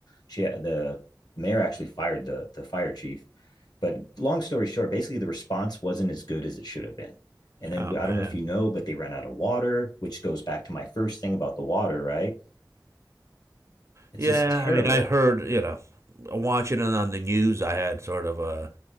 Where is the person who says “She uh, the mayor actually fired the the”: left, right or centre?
Left